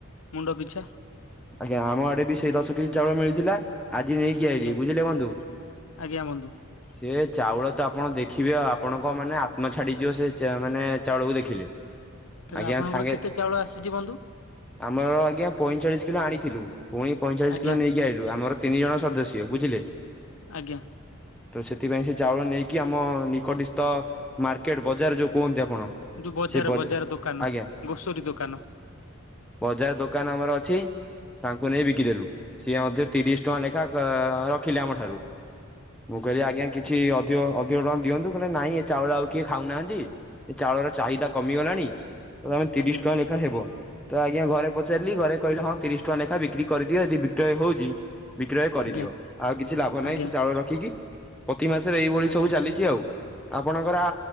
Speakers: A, on the left; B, in the centre.
A: ମୁଣ୍ଡ ପିଛା।
B: ଆଜ୍ଞା ଆମ ଆଡେ ବି ସେଇ ଦଶ କେଜି ଚାଉଳ ମିଳିଥିଲା ଆଜି ନେଇକି ଆଇଲି,
A: ଆଜ୍ଞା
B: ବୁଝିଲେ ବନ୍ଧୁ,
A: ଆଜ୍ଞା ବନ୍ଧୁ।
B: ସେ ଚାଉଳ ତ ଆପଣ ଦେଖିବେ ଆଉ ଆପଣଙ୍କ ମାନେ ଆତ୍ମା ଛାଡିଯିବ ସେ ମାନେ ଚାଉଳକୁ ଦେଖିଲେ।
A: ତାହେଲେ
B: ଆଜ୍ଞା,
A: ଆପଣଙ୍କର
B: ସାଙ୍ଗେ
A: କେତେ ଚାଉଳ ଆସିଛି ବନ୍ଧୁ
B: ଆମର ଆଜ୍ଞା ପଇଁଚାଳିଶି କିଲୋ ଆଣିଥିଲୁ ପୁଣି ପଇଁଚାଳିଶ
A: ଆଜ୍ଞା
B: କିଲୋ ନେଇକି ଆଇଲୁ ଆମର ତିନି ଜଣ ସଦସ୍ୟ ବୁଝିଲେ।
A: ଆଜ୍ଞା।
B: ତ ସେଥିପାଇଁ ସେ ଚାଉଳ ନେଇକି ଆମ ନିକଟସ୍ତ ମାର୍କେଟ ବଜାର ଯୋଉ କୁହନ୍ତି କଣ
A: ଯୋଉ ବଜାର
B: ସେ ବଜା
A: ବଜାର ଦୋକାନ
B: ଆଜ୍ଞା
A: ଗ୍ରୋସରୀ ଦୋକାନ
B: ବଜାର ଦୋକାନ ଆମର ଅଛି ତାଙ୍କୁ ନେଇ ବିକିଦେଲୁ, ସିଏ ମଧ୍ୟ ତିରିଶ ଟଙ୍କା ଲେଖା ରଖିଲେ ଆମ ଠାରୁ। ମୁଁ କହିଲି ଆଜ୍ଞା କିଛି ଅଧିକ ଅଧିକ ଟଙ୍କା ଦିଅନ୍ତୁ, କହିଲେ ନାଇଁ ଏ ଚାଉଳ ଆଉ କିଏ ଖାଉନାହାନ୍ତି ଏ ଚାଉଳର ଚାହିଦା କମିଗଲାଣି ତ ତମେ ତିରିଶ
A: ଆଜ୍ଞା
B: ଟଙ୍କା ଲେଖା ହେବ ତ ଆଜ୍ଞା ଘରେ ପଚାରିଲି ଘରେ କହିଲେ ହଁ ତିରିଶ ଟଙ୍କା ଲେଖା ବିକ୍ରି କରିଦିଅ ଯଦି ବିକ୍ରୟ ହଉଛି ବିକ୍ରୟ କରିଦିଅ
A: ଆଜ୍ଞା
B: ଆଉ କିଛି ଲାଭ
A: ଆଜ୍ଞା
B: ନାହିଁ ସେ ଚାଉଳ ରଖିକି ପ୍ରତି ମାସରେ ଏଇଭଳି
A: ଆଜ୍ଞା
B: ସବୁ ଚାଲିଛି ଆଉ। ଆପଣଙ୍କର